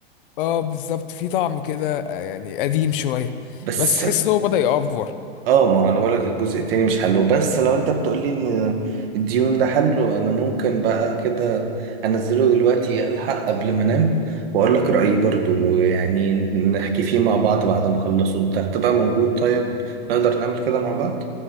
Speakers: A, on the left; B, on the right.
A: اه بالظبط في طعم كده آه، يعني قديم شويه
B: <laughs> بس
A: بس تحس ان هو بدأ يأفور
B: اه ما انا بقولك الجزء التاني مش حلو بس لو انت بتقولي ان الديون ده حلو انا ممكن بقى كده انزله دلوقتي الحق قبل ما انام واقولك رأيي برضو يعني نحكي فيه مع بعض بعد ما اخلصه انت هتبقى موجود طيب نقدر نعمل كده مع بعض